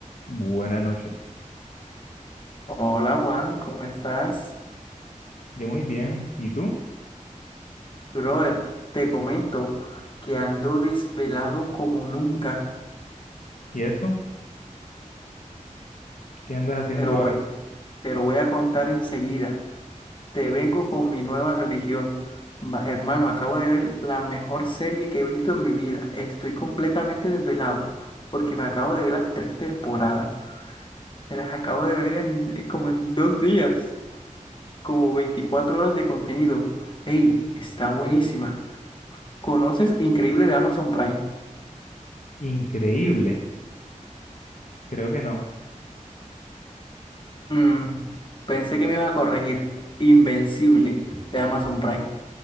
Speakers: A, on the left (about 70°); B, on the left (about 40°).
A: Buenas noches.
B: Hola Juan, ¿cómo estás?
A: Yo muy bien. ¿Y tú?
B: Brother, te comento que ando desvelado como nunca.
A: ¿Y eso? ¿Qué andas haciendo
B: Te lo
A: ahora?
B: voy, te lo voy a contar enseguida. Te vengo con mi nueva religión. Ma- hermano, acabo de ver la mejor serie que he visto en mi vida. Estoy completamente desvelado porque me acabo de ver las tres temporadas. Me las acabo de ver en, eh, como en dos días, como 24 horas de contenido. ¡Ey! Está buenísima.
A: Eh,
B: ¿Conoces Increíble de Amazon Prime?
A: Increíble. Creo que no.
B: Mm, pensé que me ibas a corregir. Invencible de Amazon Prime.